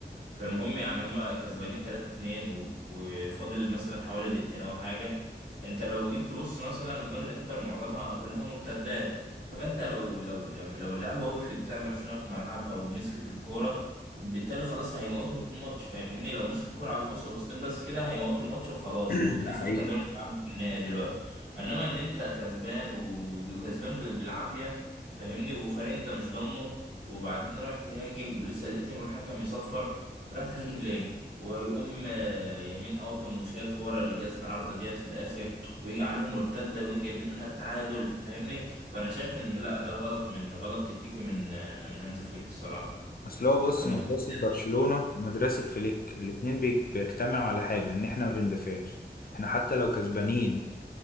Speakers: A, on the right (about 70°); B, on the left (about 60°).
A: فالمهم يعني هما كسبانين 3-2 و- وفاضل مثلا حوالي دقيقتين او حاجه انت لو جيت تبص مثلا اجوان الانتر معظمها كلها مرتدات فانت لو لو لو اللعيبه وقفت بتاعت برشلونه في ملعبها ومسكت الكوره بالتالي خلاص هيموتوا الماتش فاهمني لو مسك الكوره عادي بص بصتين بس كده هيموتوا الماتش وخلاص
B: <clears throat>
A: وكسبوا
B: ده حقيقي
A: كان زمان بيلعبوا في النهائي دلوقتي انما ان انت كسبان وكسبان ب- بالعافيه فاهمني وفريق انت مش ضامنه وبعدين رايح تهاجم ولسه دقيقتين والحكم يصفر رايح تهاجم ليه ويقوم آه، يمين قاطم وشايل الكوره اللي جت في العارضه ديت في الاخر ويجي عليهم مرتده ويقوم جايبين منها التعادل فاهمني فانا شايف ان لا ده غلط من غلط تكتيكي من آه، من هانز فليك الصراحه
B: اصل هو بص
A: كان
B: مدرسة
A: المفروض
B: برشلونة ومدرسة فليك الاتنين بيج- بيجتمعوا على حاجة ان احنا ما بندافعش احنا حتى لو كسبانين